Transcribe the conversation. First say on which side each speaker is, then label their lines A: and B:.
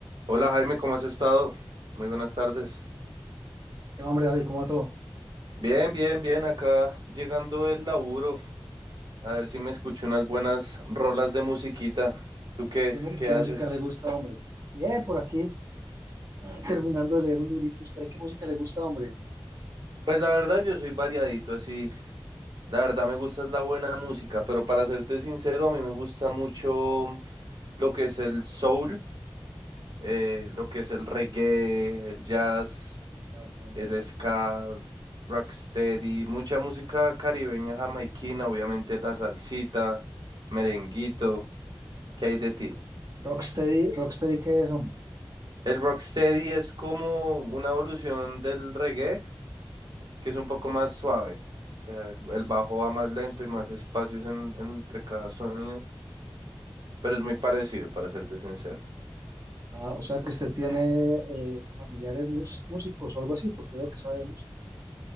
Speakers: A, on the right; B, on the right.
A: Hola Jaime, ¿cómo has estado? Muy buenas tardes.
B: ¿Qué va, hombre, David? ¿Cómo va todo?
A: Bien, bien, bien, acá llegando el laburo. A ver si me escucho unas buenas rolas de musiquita. ¿Tú qué,
B: ¿Qué, mu-
A: qué
B: qué
A: haces?
B: música le gusta, hombre? Bien, por aquí, terminando de leer un librito. ¿Usted qué música le gusta, hombre?
A: Pues la verdad yo soy variadito, así. La verdad me gusta es la buena música, pero para serte sincero, a mí me gusta mucho lo que es el soul, eh, lo que es el reggae, el jazz.
B: Ah, ok.
A: el ska, rocksteady, mucha música caribeña, jamaiquina, obviamente la salsita, merenguito, ¿qué hay de ti?
B: Rocksteady, Rocksteady, ¿qué es, hombre?
A: El rocksteady es como una evolución del reggae, que es un poco más suave, o sea, el bajo va más lento y más espacios en- entre cada sonido, pero es muy parecido, para serte sincero.
B: Ah, o sea que usted tiene eh, familiares mus- músicos o algo así, porque veo que sabe de música.